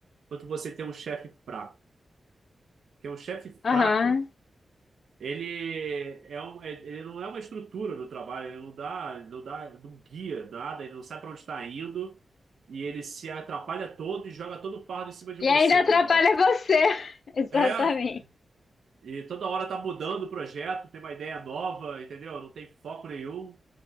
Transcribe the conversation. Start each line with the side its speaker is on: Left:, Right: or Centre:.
Right: quanto você ter um chefe fraco. Porque um chefe
Left: aham.
Right: fraco. Ele, é um, é- ele não é uma estrutura no trabalho, ele não dá, não dá, não guia nada, ele não sabe para onde está indo e ele se atrapalha todo e joga todo o fardo em cima de
Left: E
Right: você,
Left: ainda atrapalha
Right: tá ligado?
Left: você. <laughs> Exatamente.
Right: É, e toda hora tá mudando o projeto, tem uma ideia nova, entendeu? Não tem foco nenhum,